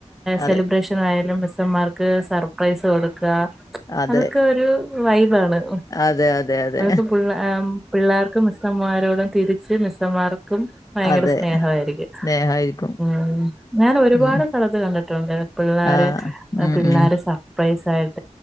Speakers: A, on the left (about 30°); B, in the centre.
A: അതെ
B: സെലിബ്രേഷൻ ആയാലും മിസ്സന്മാർക്ക് സർപ്രൈസ് കൊടുക്കുക
A: അതെ
B: അതൊക്കെ ഒരു വൈബാണ്
A: അതെ അതെ അതെ
B: അതൊക്കെ പിള്ള പിള്ളേർക്കും മിസ്സമാരോടും തിരിച്ച് മിസ്സമാർക്കും ഭയങ്കര
A: അതെ
B: സ്നേഹമായിരിക്കും
A: സ്നേഹായിരിക്കും
B: ഉം ഞാൻ ഒരുപാട്
A: ഉം
B: സ്ഥലത്ത് കണ്ടിട്ടുണ്ട് പിള്ളേർ
A: ആഹ് ഉം
B: പിള്ളേര്
A: ഉം
B: സർപ്രൈസ് ആയിട്ട്